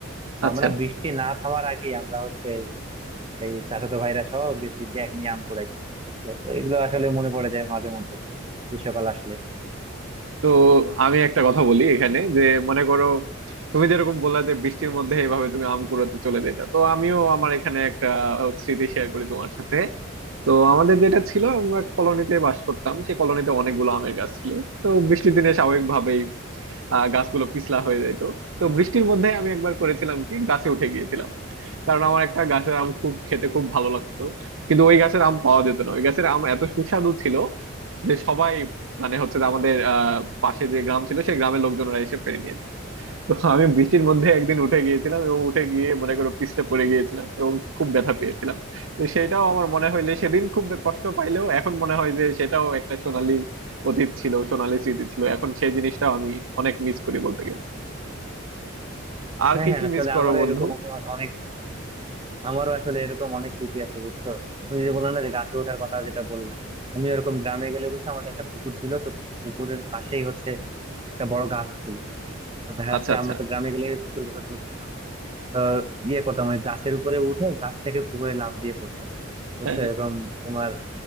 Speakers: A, on the right; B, on the right.
A: তো
B: আচ্ছা
A: আমরা বৃষ্টি না থামার আগে আমরা হচ্ছে এই চাচাতো ভাইরা সহ গেছি ব্যাগ নিয়ে আম কুড়াইতে বুঝছো তো এগুলো আসলে মনে পড়ে যায় মাঝে মধ্যে গ্রীষ্মকাল আসলে
B: তো আমি একটা কথা বলি এখানে যে মনে করো তুমি যেরকম বললা যে বৃষ্টির মধ্যে এইভাবে তুমি আম কুড়াতে চলে যেতা তো আমিও আমার এখানে একটা স্মৃতি শেয়ার করি তোমার সাথে তো আমাদের যেটা ছিল আমরা কলোনিতে বাস করতাম সেই কলোনিতে অনেকগুলো আমের গাছ ছিল তো বৃষ্টির দিনে স্বাভাবিকভাবেই আহ গাছগুলো পিছলা হয়ে যেত তো বৃষ্টির মধ্যে আমি একবার করেছিলাম কি গাছে উঠে গিয়েছিলাম কারণ আমার একটা গাছের আম খুব খেতে খুব ভালো লাগতো কিন্তু ওই গাছের আম পাওয়া যেত না ওই গাছের আম এত সুস্বাদু ছিল যে সবাই মানে হচ্ছে যে আমাদের আহ পাশে যে গ্রাম ছিল সেই গ্রামের লোকজনরা এসে পেরে নিয়ে যেত তো আমি বৃষ্টির মধ্যে একদিন উঠে গিয়েছিলাম এবং উঠে গিয়ে মনে করো পিছলে পড়ে গিয়েছিলাম এবং খুব ব্যথা পেয়েছিলাম তো সেটাও আমার মনে হইলে সেদিন খুব কষ্ট পাইলেও এখন মনে হয় যে সেটাও একটা সোনালী অতীত ছিল সোনালী স্মৃতি ছিল এখন সেই জিনিসটা আমি অনেক মিস করি বলতে গেলে আর
A: হ্যাঁ
B: কি
A: হ্যাঁ
B: কি
A: আসলে
B: মিস করো
A: আমারও
B: বন্ধু
A: এরকম অনেক অনেক আমারও আসলে এরকম অনেক স্মৃতি আছে বুঝছো তুমি যে বললে না যে গাছে ওঠার কথা যেটা বললাম আমি এরকম গ্রামে গেলে বুঝছো আমাদের একটা পুকুর ছিল তো পুকুরের পাশেই হচ্ছে একটা বড় গাছ ছিল তো দেখা
B: আচ্ছা
A: যাচ্ছে
B: আচ্ছা
A: আমরা তো গ্রামে গেলে পুকুর গোসল করতাম তো ইয়ে করতাম ওই গাছের উপরে উঠে গাছ থেকে পুকুরে লাফ দিয়ে পড়তাম বুঝছো
B: হ্যাঁ
A: এরকম তোমার